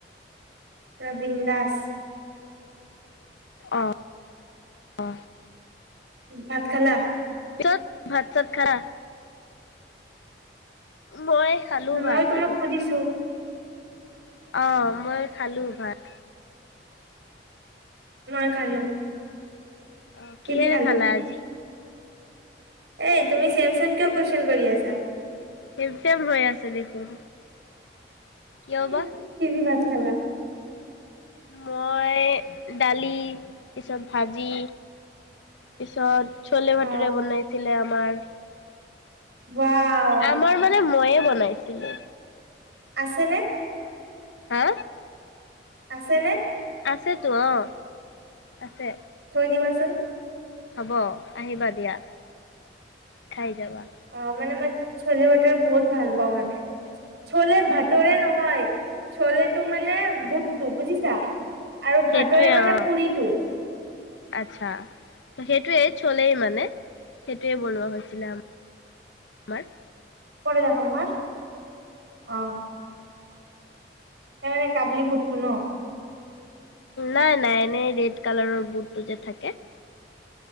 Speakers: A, on the right; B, on the left.
A: প্ৰবীন দাস।
B: আহ অ
A: ভাত খালা
B: ত ভাত চাত খা মই খালো
A: মই
B: ভাত
A: তোমাক
B: আৰু
A: সুধিছো
B: অ মই খালো ভাত
A: মই খালো।
B: অ
A: কি
B: কিহেৰে
A: দি
B: খালা আজি
A: এই তুমি চেম চেম কিয় কুৱেশন কৰি আছা
B: চেম চেম হৈ আছে দেখোন কিয়
A: উ
B: বা
A: কি দি ভাত খালা
B: মই দালি পিছত ভাজি পিছত ছলে ভাটৰে
A: অ
B: বনাইছিলে আমাৰ
A: ৱাও
B: আমাৰ মানে ময়ে বনাইছিলে
A: আছেনে
B: হা
A: আছে নে
B: আছেতো অ আছে
A: আহিবাচোন
B: হ'ব আহিবা দিয়া খাই যাবা
A: অ মানে মই চলে ব টোৱে বহুত ভাল পাওঁ মানে চলে ভা তৰে নহয় চলেতটো মানে বুটটো বুজিছা আৰু
B: সেইটোৱে
A: ভাতৰে মানে
B: অ
A: পুৰিটো
B: আচ্ছা সেইটোৱেই চলেই মানে সেইটোৱে বনোৱা হৈছিলে আমা। মাৰ
A: প দেখাম মহা অহ সে মানে কাবলি বুটটো ন
B: নাই নাই এনেই ৰেড কালাৰৰ বুটটো যে থাকে।